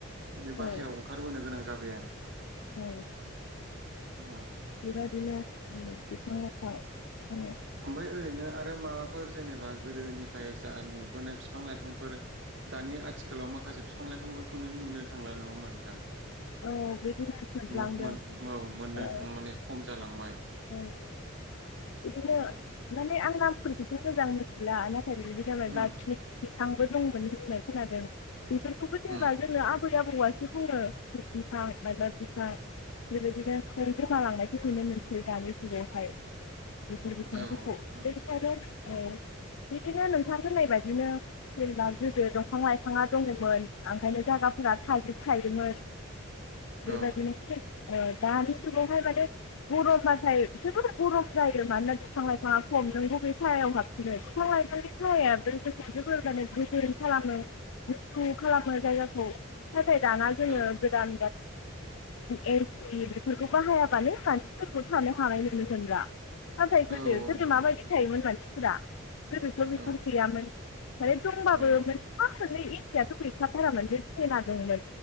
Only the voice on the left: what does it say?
औ
औ।
बेबादिनो बिफां लाइफां <unintelligible>
औ बिदिनो जोबलांदों
औ
औ। इदिनो
माने आं नामफोरखौथ' मोजां मिथिला नाथा <unintelligible>
बेथांबो दंमोन होननाय खोनादों। बेफोरखौबो जेनेबा
जोङो आबुं फैयाबौवासो बुङो बिफां माइबा बिफां बेबायदिनो सोर गोमालांनायखौ नुनो मोनसै दानि जुगावहाय। बेफोर बिफांफोरखौ
<inaudible>
औ बिदिनो नोंथां होननाय बादिनो जेनेबा गोदो दंफां लाइफाङा दङमोन ओंखायनो जायगाफोरा थाजोब थायोमोन। बिफोरबादिनि
<inaudible> ओ दानि जुगावहाय माने गरमबाथाय जेबो गरम, जायो मानोना बिफां लाइफाङा सम नों बबे साहायाव हाबफिनो बिफां लाइफांनि साहाय बे गोसजो हानो गोजोन खालामो। गुसु खालामो जायगाखौ नाथाय दाना जोङो
गोदान। <inaudible> ए बेफोरखौ बाहायाबानो। <inaudible> <unintelligible> गोदो
गोदो
माबायदि
थायोमोन मानसिफोरा गोदोथ बेफोर
गैयामोन माने दंबाबो
मोनफा मोननै <inaudible> गैखाथार मोन